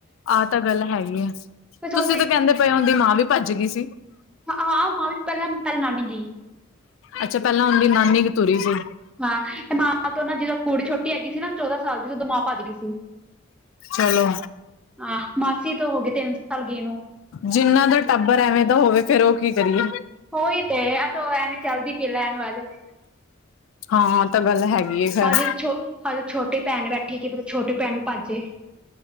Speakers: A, on the left (about 70°); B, in the centre.
A: ਆਹ ਤਾਂ ਗੱਲ ਹੈਈ ਐ।
B: ਸੋਚਦਾ
A: ਤੁਸੀਂ ਤਾਂ ਕੈੰਦੇ ਪਏ ਉੰਦੀ ਮਾਂ ਵੀ ਭੱਜ ਗਈ ਸੀ।
B: ਹ ਹਾਂ ਮਾਂ ਵੀ ਪੈਲਾਂ ਪੈਲਾ ਨਾਨੀ ਗਈ।
A: ਅੱਛਾ, ਪੈਲਾਂ ਉੰਦੀ ਨਾਨੀ ਕ ਤੂਰੀ ਸੀ।
B: ਹਾਂ, ਤੇ ਮਾਂ ਤੋਂ ਨਾ ਜਦੋਂ ਕੁੜੀ ਛੋਟੀ ਹੈਗੀ ਸੀ ਨਾ ਚੌਦਾਂ ਸਾਲ ਦੀ ਸੀ ਉਦੋਂ ਮਾਂ ਭੱਜ ਗੀ ਸੀ।
A: ਚਲੋ।
B: ਆਹ, ਮਾਸੀ ਤੋਂ ਹੋ ਗਏ ਤਿੰਨ ਸਾਲ ਗਏ ਨੂੰ।
A: ਜਿੰਨਾ ਦਾ ਟੱਬਰ ਐਵੇਂ ਦਾ ਹੋਵੇ, ਫੇਰ ਓਹ ਕੀ ਕਰੀਏ।
B: ਹੋਈ ਤੇ, ਐ ਤੇ ਔ ਐਵੇਂ ਚਲਦੀ ਪੀ ਏ ਲੈਣ ਵਾਜ।
A: ਹਾਂ, ਆ ਤਾਂ ਗੱਲ ਹੈਗੀ ਏ ਖੈਰ।
B: ਹਜੇ ਛੋ ਹਜੇ ਛੋਟੀ ਭੈਣ ਬੈਠੀ ਏ ਕਿ ਪਤਾ ਛੋਟੀ ਭੈਣ ਵੀ ਭੱਜ ਜੇ।